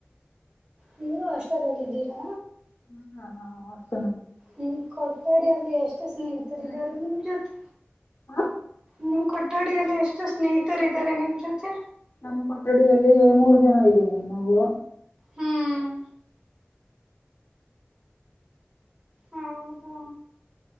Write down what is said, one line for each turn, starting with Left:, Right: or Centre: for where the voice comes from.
Right: ನೀವು ಹಾಸ್ಟಲಲ್ಲಿದ್ದೀರಾ
Left: ಹ್ಮ ನನ್ನ ಅವ್
Right: ನಿನ್ನ ಕೊಠಡಿ ಲ್ಲಿ ಎಷ್ಟ ಸ್ನೇಹಿತರಿದಾರೆ ನಿಮ್ ಜೊತೆ
Left: ಹಾ.
Right: ನಿಮ್ ಕೊಠಡಿಯಲ್ಲಿ ಎಷ್ಟು ಸ್ನೇಹಿತರ ಇದಾರೆ ನಿಮ್ ಜೊತೆ
Left: ನಮ್ಮ ಕೊಠಡಿಯಲ್ಲಿ ಮೂರು ಜನ ಇದ್ದ್ವಿ ನಾವು
Right: ಹ್ಮ್ ಹೌದಾ